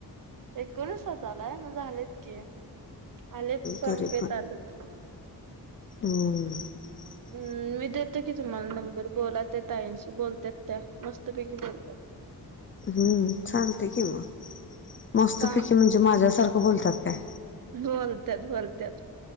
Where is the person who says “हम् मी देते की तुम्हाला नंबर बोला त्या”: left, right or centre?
Right